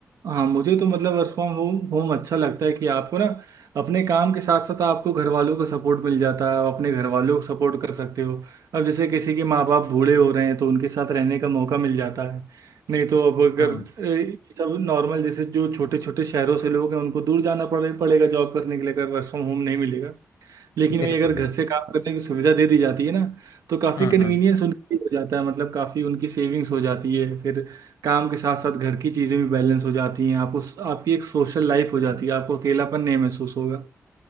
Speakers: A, on the right (about 90°); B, on the left (about 80°).
A: हाँ मुझे तो मतलब वर्क फ्रॉम होम होम अच्छा लगता है कि आपको ना अपने काम के साथ साथ आपको घर वालों का सपोर्ट मिल जाता है आप अपने घर वालों को सपोर्ट कर सकते हो अब जैसे किसी के माँ बाप बूढ़े हो रहे हैं तो उनके साथ रहने का मौका मिल जाता है नहीं तो अब अगर
B: हम्म
A: ए, सब नॉर्मल जैसे जो छोटे छोटे शहरों से लोग हैं उनको दूर जाना पड़े पड़ेगा जॉब करने के लिए अगर वर्क फ्रॉम होम नहीं मिलेगा लेकिन
B: बिल्कुल
A: वही अगर घर
B: बिल्कुल
A: से काम करने की सुविधा दे दी जाती है ना तो काफ़ी
B: हम्म
A: कन्वीनियंस
B: हम्म
A: उनके लिए हो जाता है मतलब काफ़ी उनकी सेविंग्स हो जाती है फिर काम के साथ साथ घर की चीज़ें भी बैलेंस हो जाती हैं आपको आपकी एक सोशल लाइफ हो जाती है आपको अकेलापन नहीं महसूस होगा